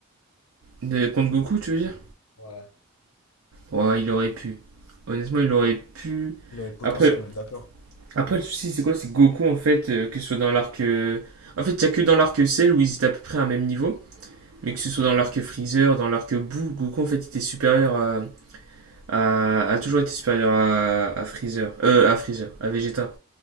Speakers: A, on the right; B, on the left.
A: De, contre Goku, tu veux dire
B: Ouais.
A: Ouais, il aurait pu. Honnêtement, il aurait pu.
B: Il avait le potentiel,
A: Après,
B: on est d'accord.
A: après le souci, c'est quoi C'est que Goku, en fait, euh, que ce soit dans l'arc. euh, En fait, il n'y a que dans l'arc Cell où ils étaient à peu près à un même niveau. Mais que ce soit dans l'arc Freezer, dans l'arc Boo, Goku, en fait, était supérieur à, a, a toujours été supérieur à, à Freezer, euh, à Freezer, à Vegeta.